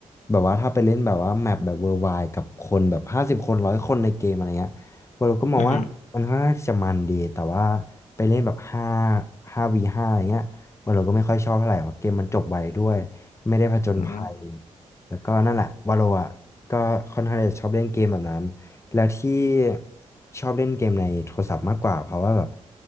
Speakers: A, on the left; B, on the left.
A: แบบว่าถ้าไปเล่นแบบว่าแมปแบบเวอร์ไวกับคนแบบห้าสิบคนร้อยคนในเกมอะไรเงี้ยวาโลก็มองว่ามันค่อนข้างที่จะมันดีแต่ว่า
B: อืม
A: ไปเล่นแบบห้าห้าวีห้าอะไรเงี้ยวาโลก็ไม่ค่อยชอบเท่าไหร่เพราะเกมมันจบไวด้วยไม่ได้ผจญภัย
B: อืม
A: แล้วก็นั่นแหละวาโลอะก็ค่อนข้างที่จะชอบเล่นเกมแบบนั้น แล้วที่ชอบเล่นเกมในโทรศัพท์มากกว่าเพราะว่าแบบ